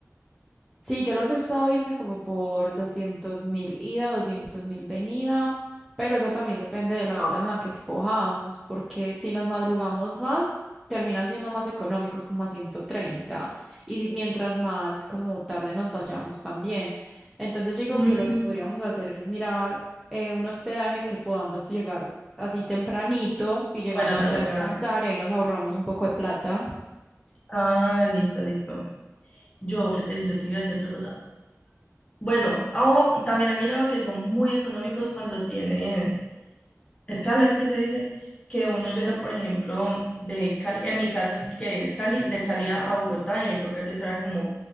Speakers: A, in the centre; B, on the left.
A: Sí, yo los he estado viendo como por doscientos mil ida, doscientos mil venida, pero eso también depende de la hora en la que escojamos, porque si nos madrugamos más, terminan siendo más económicos, como a 130, y si- mientras más como tarde nos vayamos también. Entonces yo digo
B: Mm,
A: que lo que podríamos hacer es mirar eh, un hospedaje que podamos llegar así tempranito y llegamos
B: o en la madrugada.
A: es a descansar y ahí nos ahorramos un poco de plata.
B: Ah, listo, listo. Yo, qué te, yo te iba a decir otra cosa. Bueno, ah, y también he mirado que son muy económicos cuando tienen escala, es que se dice que uno llega, por ejemplo, de Cali, en mi caso es que es Cali, de Cali a a Bogotá y ahí toca que esperar como